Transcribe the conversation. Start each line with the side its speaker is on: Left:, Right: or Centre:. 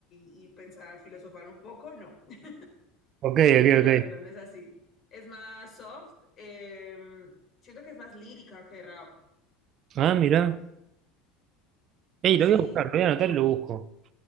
Left: y pensar, filosofar un poco, no. <laughs>
Right: Ok, ok,
Left: No,
Right: ok.
Left: no, no, no es así. Es más soft, eh, siento que es más lírica que rap.
Right: Ah, mirá. Ey, lo
Left: Sí.
Right: voy a buscar, lo voy a anotar y lo busco.